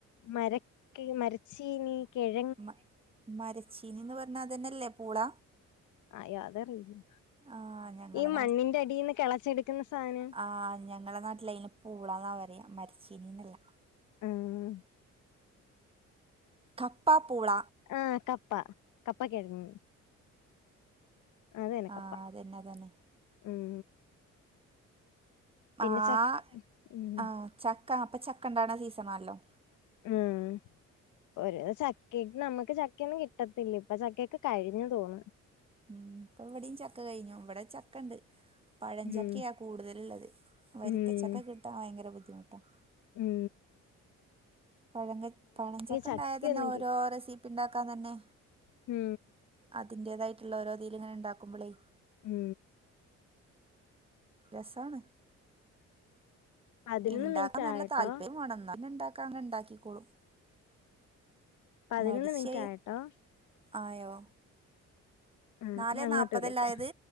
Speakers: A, on the left; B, on the right.
A: മെരക്ക മെരച്ചീനി കിഴ
B: മ മരച്ചീനീന്ന് പറഞ്ഞതന്നെയല്ലേ പൂള
A: അയ്യോ അതറിയില്ല
B: ആ ഞങ്ങളെ
A: ഈ മണ്ണിന്റെ അടിൽന്ന് കിളച്ചെടുക്കുന്ന സാനം
B: ആ് ഞ ഞങ്ങളുടെ നാട്ടില അതിന് പൂളാന്നാ പറയാ മരിച്ചീനീന്നല്ല
A: മ്
B: കപ്പാ പ്പൂള
A: ആഹ് കപ്പ കപ്പ കേങ്ങ് അതെനക്കപ്പ
B: ആ അതന്നെ അതന്നെ
A: ഉം പിന്നെ
B: ആഹ്
A: ച ഉം
B: ആഹ് ചക്ക അപ്പൊ ചക്ക ഉണ്ടണ സീസണാണല്ലോ
A: ഉം ഒരു ചക്ക് നമുക്ക് ചക്കയൊന്നും കിട്ടത്തില്ല ഇപ്പൊ ചക്കയൊക്കെ കഴിഞ്ഞു തോന്നും
B: ഉം ഇപ്പ എവിടെയിം ചക്ക കഴിഞ്ഞു ഇവിടെ ചക്ക ഉണ്ട് പഴഞ്ചക്കയാണ്
A: ഉം
B: കൂടുതലുള്ളത് വരിക്കച്ചക്ക
A: ഉം
B: കിട്ടാൻ ഭയങ്കര ബുദ്ധിമുട്ടാണ്
A: മ്
B: പഴ പനഞ്ചക്ക
A: ചക്കയൊന്നും
B: ഉണ്ടായത് തന്നെ ഓരോ റെസിപ്പി ഉണ്ടാക്കാൻ തന്നെ
A: മ്
B: അതിന്റതായിട്ടുള്ള ഓരോതിയിൽ ഇങ്ങനെ ഉണ്ടാക്കുമ്പോളേ
A: ഉം
B: രസാണ്
A: പതിനൊന്ന്
B: ഉണ്ടാക്കാൻ
A: മിനിറ്റ്
B: നല്ല
A: ആയട്ടോ
B: താല്പര്യം വേണംന്നാല്ണ്ടാ അങ്ങ ഉണ്ടാക്കിക്കോളും
A: പതിനൊന്ന്
B: മടിച്ച്യ
A: മിനിറ്റ് ആയട്ടോ
B: ആയോ
A: ഉം
B: നാലെ
A: ഇനി അങ്ങോട്ട്
B: നാൽപ്പതല്ലായത്
A: വിളിക്കാം